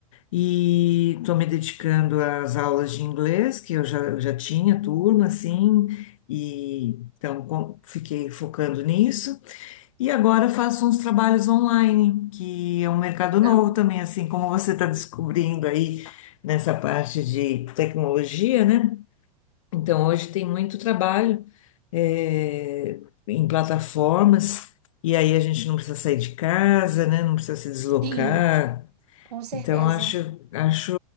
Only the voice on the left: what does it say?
E estou me dedicando às aulas de inglês, que eu já, eu já tinha turma, assim, e então com- fiquei focando nisso. E agora faço uns trabalhos online, que é um mercado
novo também, assim como você está descobrindo aí nessa parte de tecnologia, né? Então hoje tem muito trabalho, eh, em plataformas, e aí a gente não precisa sair de casa, né? Não precisa se deslocar
então, acho, acho,